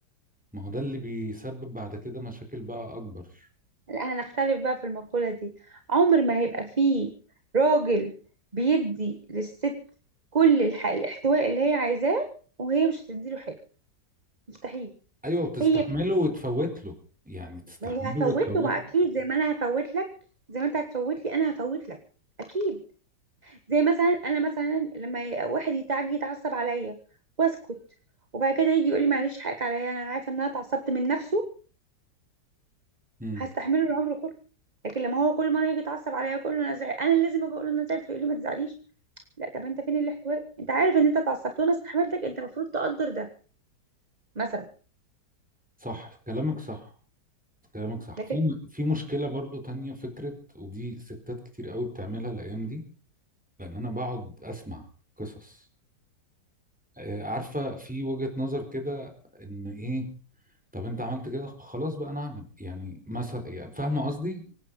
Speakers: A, in the centre; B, on the right.
A: ما هو ده اللي بيسبب بعد كده مشاكل بقى أكبر
B: لا هنختلف بقى في المقولة دي عمر ما هيبقى فيه راجل بيدي للست كل الح... الاحتواء اللي هي عايزاه وهي مش هتديله حاجة مستحيل
A: أيوة وتستحمله
B: هي
A: وتفوت له يعني تستحمله
B: ما هي هتفوت
A: وتفوت
B: له بقى
A: له
B: اكيد زي ما انا هفوت لك زي ما انت هتفوت لي انا هفوت لك اكيد زي مثلا انا مثلا لما ي- واحد يتعجي يتعصب عليا واسكت وبعد كده يجي يقول لي معلش حقك عليا انا عارفه ان انا اتعصبت من نفسه
A: امم
B: هستحمله العمر كله لكن لما هو كل مره يجي يتعصب عليا كل انا زعل انا اللي لازم اجي اقول له انا زعلت فيقول لي ما تزعليش لا طب انت فين الاحتواء انت عارف ان انت اتعصبت وانا استحملتك انت المفروض تقدر ده مثلا
A: صح كلامك صح كلامك صح
B: لكن
A: في في مشكلة برضو تانية فكرة ودي ستات كتير قوي بتعملها الأيام دي لأن أنا بقعد أسمع قصص آه، عارفة في وجهة نظر كده إن إيه طب أنت عملت كده خلاص بقى أنا أعمل يعني مثلا يعني فاهمة قصدي